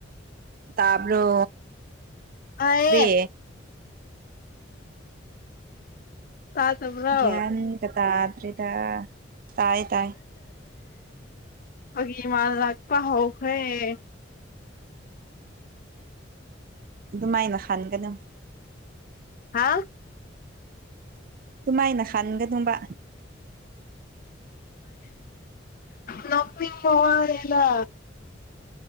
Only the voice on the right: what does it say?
ꯇꯕꯣ
ꯀꯔꯤ
ꯒ꯭ꯌꯥꯟꯇꯥ ꯑꯗꯨꯔꯤꯗ ꯇꯥꯏ ꯇꯥꯏ
ꯑꯗꯨꯃꯥꯏꯅ ꯈꯟꯒꯅ
ꯑꯗꯨꯃꯥꯏꯅ ꯈꯟꯒꯗꯕ